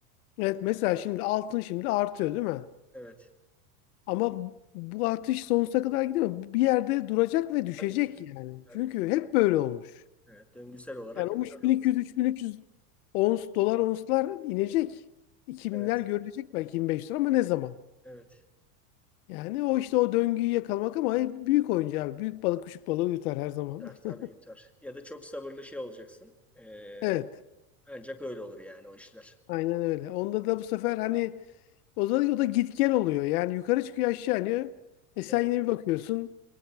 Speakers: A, on the left; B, in the centre.
A: Evet mesela şimdi altın şimdi artıyor değil mi?
B: Evet.
A: Ama bu artış sonsuza kadar gidemez. Bir yerde duracak ve düşecek
B: Tabii ki.
A: yani.
B: Tabii
A: Çünkü
B: ki.
A: hep böyle olmuş.
B: Evet. Döngüsel olarak
A: Yani
B: hep
A: o 3200-3300
B: böyle olmuş.
A: ons, dolar onslar inecek. 2000'ler
B: Evet.
A: görülecek belki 25 lira ama ne zaman?
B: Evet.
A: Yani o işte o döngüyü yakalamak ama büyük oyuncu abi. Büyük balık küçük balığı yutar her zaman.
B: Yutar, tabii
A: <laughs>
B: yutar. Ya da çok sabırlı şey olacaksın. Ee,
A: Evet.
B: ancak öyle olur yani o işler.
A: Aynen öyle. Onda da bu sefer hani o da, o da git gel oluyor. Yani yukarı çıkıyor aşağı iniyor. E sen
B: Evet.
A: yine bir bakıyorsun.